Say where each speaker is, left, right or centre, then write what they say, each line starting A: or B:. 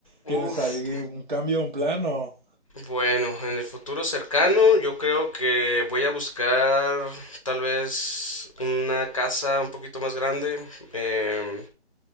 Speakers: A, on the left; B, on the right.
A: Uf.
B: ¿Tienes algún un cambio, un plan o...?
A: Bueno, en el futuro cercano yo creo que voy a buscar tal vez una casa un poquito más grande, em,